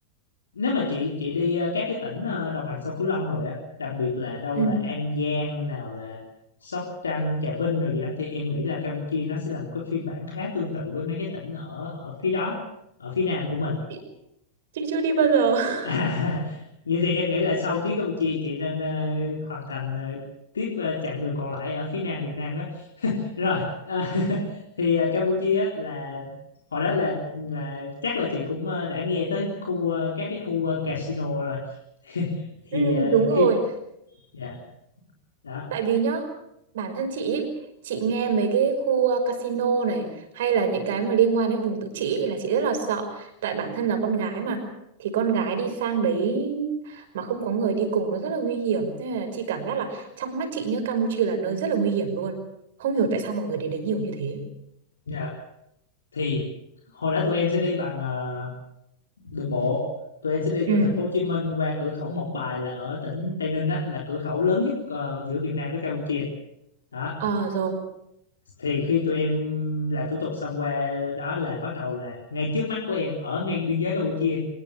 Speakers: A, on the left; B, on the right.
A: nếu mà chị chị đi ờ, các cái tỉnh ờ, đồng bằng sông Cửu Long rồi á đặc biệt là đâu
B: Ừ.
A: là An Giang nào là Sóc Trăng Trà Vinh rồi gì đó thì em nghĩ là Campuchia nó sẽ là một cái phiên bản khá tương tự với mấy cái tỉnh ở ở phía đó ở phía nam của mình <laughs>
B: chị chị chưa đi bao giờ <laughs>
A: À, vậy thì em nghĩ là sau chuyến Campuchia chị nên ờ, hoàn thành ờ, tiếp ờ, chặng đường còn lại ở phía nam Việt Nam đó rồi ờ, <laughs> thì ờ, Campuchia á là hồi đó là là chắc là chị cũng ờ, đã nghe tới khu ờ, các cái khu ờ, casino rồi thì
B: Ừ,
A: ờ,
B: đúng rồi,
A: khi dạ đó
B: tại vì nhá, bản thân chị ý, chị nghe mấy cái khu ờ, casino này hay là những cái mà liên quan đến vùng tự trị ý, là chị rất là sợ, tại bản thân là con gái mà thì con gái đi sang đấy mà không có người đi cùng nó rất là nguy hiểm. Nên là chị cảm giác là trong mắt chị nhá, Campuchia là nơi rất là nguy hiểm luôn. Không hiểu tại sao mọi người đến đấy nhiều như thế.
A: dạ thì hồi đó tụi em sẽ đi bằng ờ, đường bộ tụi em sẽ đi
B: Ừ.
A: từ thành phố Hồ Chí Minh qua cửa khẩu Mộc Bài là ở tỉnh Tây Ninh đó là cửa khẩu lớn nhất ờ, giữa Việt Nam với Campuchia đó
B: Ờ rồi.
A: thì khi tụi em làm thủ tục xong qua đó là bắt đầu là ngay trước mắt của em ở ngay biên giới Campuchia